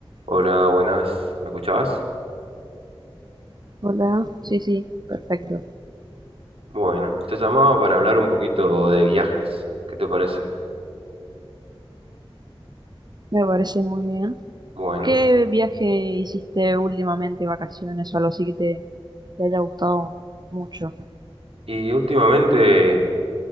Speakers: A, on the right; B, on the right.
A: Hola, buenas. ¿Me escuchabas?
B: Hola, sí, sí, perfecto.
A: Bueno, te llamaba para hablar un poquito de viajes. ¿Qué te parece?
B: Me parece muy bien.
A: Bueno,
B: ¿Qué viaje hiciste últimamente, vacaciones o algo así que te, te haya gustado mucho?
A: y últimamente